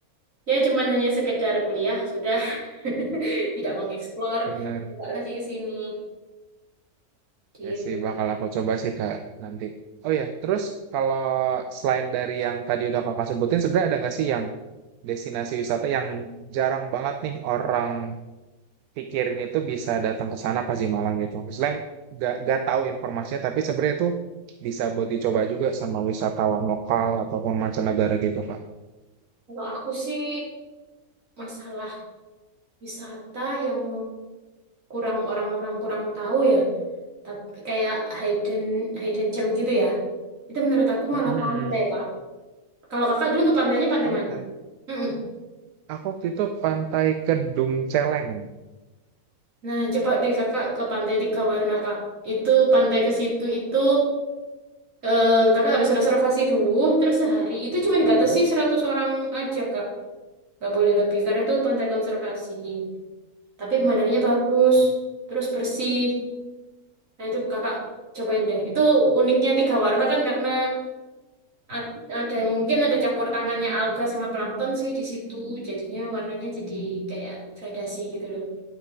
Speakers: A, on the right (about 60°); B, on the right (about 80°).
A: ya cuman hanya sekedar kuliah sudah <laughs> tidak mengeksplor.
B: Benar.
A: Coba lagi ke sini gitu
B: Ya sih,
A: Kak.
B: bakal aku coba sih, Kak, nanti. Oh iya, terus kalau selain dari yang tadi udah Kakak sebutin, sebenarnya ada nggak sih yang destinasi wisata yang jarang banget nih orang pikirin itu bisa datang ke sana pas di Malang gitu? Misalnya nggak nggak tahu informasinya, tapi sebenarnya itu bisa buat dicoba juga sama wisatawan lokal ataupun mancanegara gitu, Kak.
A: Kalau aku sih masalah wisata yang kurang orang-orang kurang tahu ya. Tapi kayak hidden hidden gem gitu ya. Itu menurut aku
B: Mm-mm.
A: malah pantai, Kak. Kalau Kakak dulu ke pantainya pantai
B: Pantai.
A: mana? Mm-mm.
B: Aku waktu itu Pantai Kedung Celeng.
A: Nah, coba deh Kakak ke Pantai Tiga Warna, Kak. Itu pantai ke situ itu eh, Kakak harus reservasi dulu, terus sehari itu cuma dibatasi
B: Mhm.
A: 100 orang aja, Kak. Nggak boleh lebih karena itu pantai konservasi. Tapi pemandangannya bagus,
B: Oke.
A: terus bersih. Nah, itu kakak cobain deh. Itu uniknya tiga warna kan karena ad- ada mungkin ada campur tangannya alga sama plankton sih di situ. Jadinya warnanya jadi kayak gradasi gitu loh.